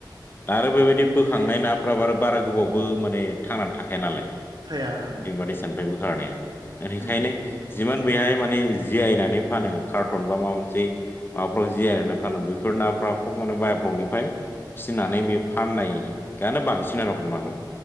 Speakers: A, on the left; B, on the right.
A: दा आरो बेबायदि बोखांनाय नाफ्राबो आरो बारा गोबावबो माने थांनानै थाखाया नालाय
B: थाया ओं
A: दैमा दैसानिफ्राय बोखारनाया ओनिखायनो
B: उम
A: जिमान बेहाय माने जियायनानै फानो कार्टन बा माबा मोनसे माबाफ्राव जिरायनानै फानो बैफोर नाफ्रा फब माने बाय ब्लकनिफ्राय फिसिनानै बे फाननायानो बांसिन आरो हमनानै ला।